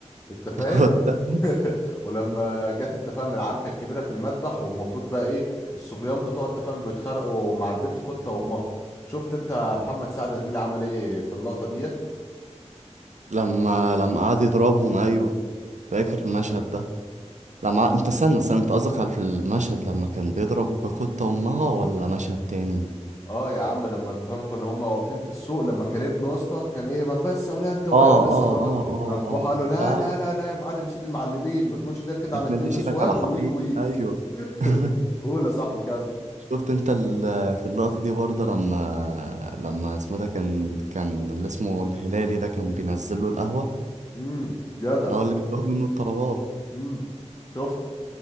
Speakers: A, on the left; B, on the right.
A: انت فاهم
B: كنت
A: ولما جت انت فاهم العركة الكبيرة في المذبح والمفروض بقى ايه الصبيان بتوع انت فاهم بيتخانقوا مع البت كوتة وامها شفت انت محمد سعد زميلي عمل ايه في اللقطة ديت
B: لما لما قعد يضربهم ايوه فاكر المشهد ده لما انت استنى استنى انت قصدك على المشهد لما كان بيضرب قطة امها ولا مشهد تاني
A: اه يا عم لما انت فاهم كنا هما واقفين في السوق لما كان ابنه يا اسطى كان ايه ما بس يا ولا انت وهي
B: اه
A: ولسه
B: اه
A: ضربه
B: اه اه
A: قام بوحه
B: اه
A: قال له لا
B: لا
A: لا لا لا يا معلم سيد المعلمين ما تموتش ده كده
B: ما
A: على
B: تمدش
A: اتنين نسوان
B: ايدك على حقيقة
A: وويك ويك
B: ايوه <laughs>
A: <laughs> قول يا صاحبي كام
B: شفت انت ال- في اللقطة دي برضه لما لما اسمه ده كان كان اللي اسمه الهلالي ده كان بينزل له القهوة
A: امم جدع
B: اللي هو اللي كان بياخد منه الطلبات
A: امم شفته